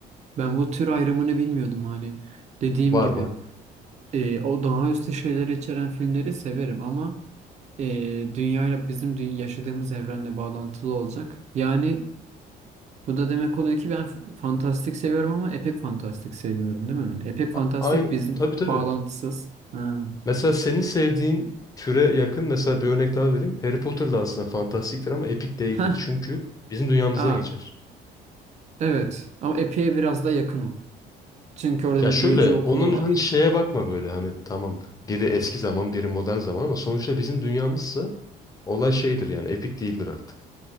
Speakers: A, on the right; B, on the left.
A: ben bu tür ayrımını bilmiyordum hani. Dediğim
B: Var
A: gibi
B: var.
A: e, o daha üstü şeyler içeren filmleri severim ama e, dünyayla bizim dü- yaşadığımız evrende bağlantılı olacak. Yani bu da demek oluyor ki ben f- fantastik seviyorum ama epik fantastik sevmiyorum değil mi? Yani epik fantastik
B: A- aynı
A: bizim
B: tabii tabii.
A: bağlantısız. Ha.
B: Mesela senin sevdiğin türe yakın mesela bir örnek daha vereyim. Harry Potter da aslında fantastiktir ama epik değildir.
A: Heh,
B: Çünkü bizim dünyamızda
A: aa,
B: geçer.
A: Evet ama Epi'ye biraz daha yakın o. Çünkü orada
B: Ya
A: bir
B: şöyle
A: büyücü okulu
B: onun
A: var.
B: hani şeye bakma böyle hani tamam biri eski zaman biri modern zaman ama sonuçta bizim dünyamızsa olay şeydir yani epik değildir artık.